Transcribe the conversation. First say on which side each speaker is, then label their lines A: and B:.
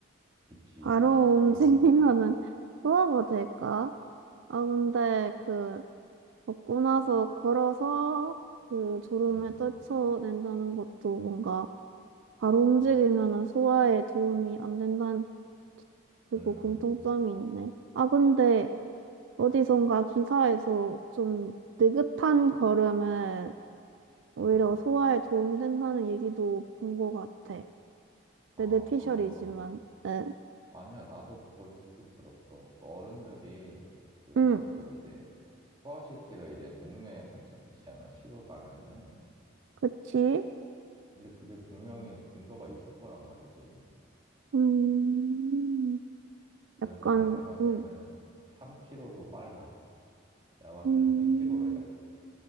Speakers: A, on the right; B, on the right.
A: 그치.
B: 바로
A: 그럼,
B: 움직이면은 <laughs> 소화가 될까? 아, 근데 그, 먹고 나서 걸어서 그 졸음에
A: 음,
B: 떨쳐낸다는 것도 뭔가 바로 움직이면은
A: 음,
B: 소화에 도움이 안 된다는 그리고
A: 음,
B: 공통점이 있네. 아, 근데 어디선가 기사에서 좀 느긋한 걸음은 오히려
A: 음.
B: 소화에 도움된다는 얘기도 본 것 같아.
A: 아,
B: 레드피셜이지만, 응.
A: 아니야. 나도 그걸 듣긴 들었어. 그 어른들이 그
B: 응,
A: 가끔 이제 소아시키를 이제 동네에 산책하시잖아. 시골 가면은.
B: 그치?
A: 근데 그게 분명히 그 근거가 있을 거란 말이지.
B: 음,
A: 그래서
B: 약간,
A: 내 생각에는
B: 응,
A: 3km도 빨라. 내가 봤을
B: 음,
A: 때는 1km로 해야 돼.